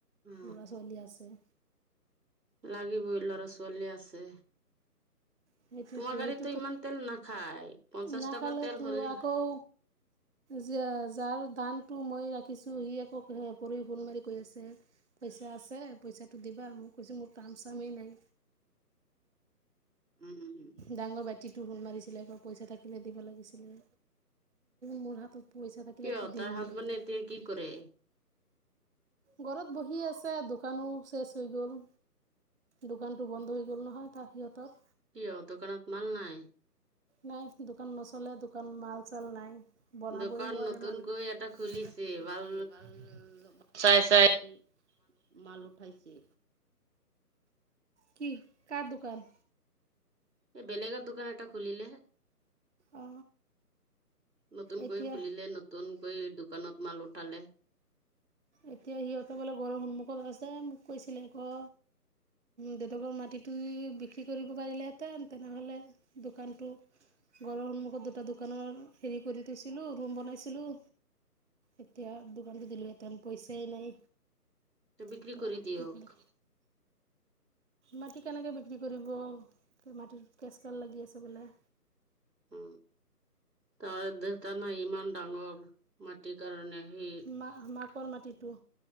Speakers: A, on the right; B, on the right.
A: অ
B: ল'ৰা ছোৱালী আছে।
A: লাগিবই ল'ৰা ছোৱালী আছে।
B: সেইটোতো
A: তোমাৰ গাড়ীতো
B: সেইটোতো
A: ইমান তেল নাখায় পঞ্চাশ
B: নাখালে
A: টকা তেল
B: তো
A: হ'লে
B: আকৌ যে যাৰ দানটো মই ৰাখিছোঁ সি একৌ পৰি ফন মাৰি কৈ আছে পইচা আছে পইচাটো দিবা মই কৈছোঁ মোৰ কাম চামেই নাই।
A: উম, উম, উম।
B: ডাঙৰ ভাইটিটো ফোন মাৰিছিলে এপ পইচা থাকিলে দিব লাগিছিলে, মোৰ হাতত পইচা থাকিলেতো
A: কিয় তাৰ
B: দি দিলোহেঁতেন।
A: হাজবেণ্ডে এতিয়া কি কৰে
B: ঘৰত বহি আছে দোকানো চেচ হৈ গ'ল। দোকানটো বন্ধ হৈ গ'ল নহয় তাৰ সিহঁতৰ।
A: কিয় দোকানত মাল নাই?
B: নাই দোকান নচলে দোকান মাল চাল নাই। বনাবই
A: দোকান
B: নোৱাৰে
A: নতুনকৈ
B: মাল নতুন
A: খুলিছে
B: এটা চলিছে
A: বাল
B: ভাল চাই চাই মাল উঠাইছে। কি কাৰ দোকান?
A: এই বেলেগৰ দোকান এটা খুলিলে।
B: অ
A: নতুনকৈ
B: এতিয়া
A: খুলিলে, নতুনকৈ দোকানত মাল উঠালে।
B: এতিয়া সিহঁতে বোলে ঘৰৰ সন্মুখত আছে মোক কৈছিলে আকৌ দেউতাকৰ মাটিটো বিক্ৰী কৰিব পাৰিলেহেঁতেন তেনেহ'লে দোকানটো, ঘৰৰ সন্মুখত দুটা দোকানৰ হেৰি কৰি থৈছিলোঁ ৰুম বনাইছিলোঁ এতিয়া দোকানটো দিলোঁহেতেন, পইচাই নাই।
A: ত' বিক্ৰী
B: এতিয়া
A: কৰি দিয়ক।
B: কি কৰিম মাটি কেনেকৈ বিক্ৰী কৰিব? মাটিত কেচ কাল লাগি আছে বোলে।
A: উ, তাৰ দেউতা নাই ইমান ডাঙৰ মাটিৰ কাৰণে সি
B: ম মাক কৰ মাটিটো